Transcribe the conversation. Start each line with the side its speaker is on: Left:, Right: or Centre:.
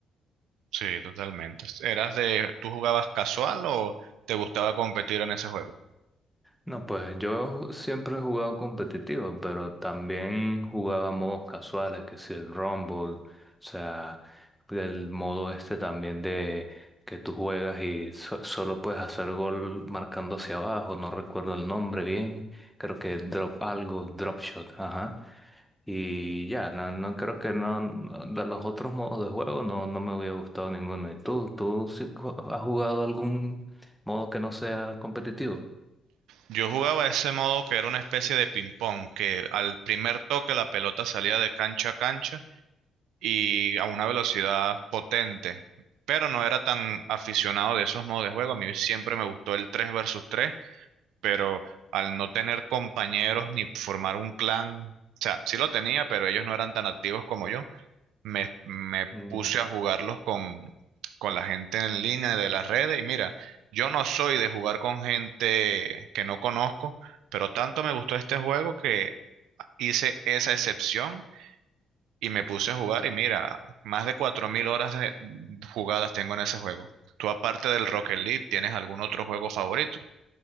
Right: Sí, totalmente. ¿Eras de, tú jugabas casual o te gustaba competir en ese juego?
Centre: No, pues yo siempre he jugado competitivo, pero también jugaba modos casuales, que si el Rumble, o sea, el modo este también de que tú juegas y so- solo puedes hacer gol marcando hacia abajo, no recuerdo el nombre bien, creo que drop algo, drop shot, ajá. Y ya, no, no creo que no, no- de los otros modos de juego no, no me hubiera gustado ninguno. ¿Y tú, tú sí has jugado algún modo que no sea competitivo?
Right: Yo jugaba ese modo que era una especie de ping-pong, que al primer toque la pelota salía de cancha a cancha y a una velocidad potente, pero no era tan aficionado de esos modos de juego. A mí siempre me gustó el 3 versus tres pero al no tener compañeros ni formar un clan, o sea, sí lo tenía, pero ellos no eran tan activos como yo, me, me
Centre: Mm,
Right: puse a jugarlos con, con la gente en línea de las redes y mira, yo no soy de jugar con gente que no conozco, pero tanto me gustó este juego que hice esa excepción y me puse a jugar y mira, más de 4.000 horas de- jugadas tengo en ese juego. ¿Tú aparte del Rocket League, tienes algún otro juego favorito?